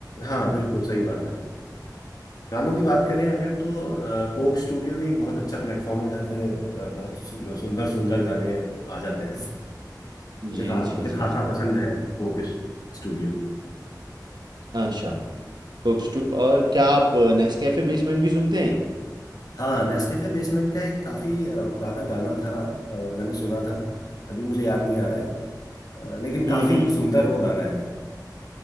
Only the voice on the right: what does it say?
जी
जी
जी
जी
अच्छा कोक स्टू और क्या आप नेस्कैफे बेसमेंट भी सुनते हैं
हम्म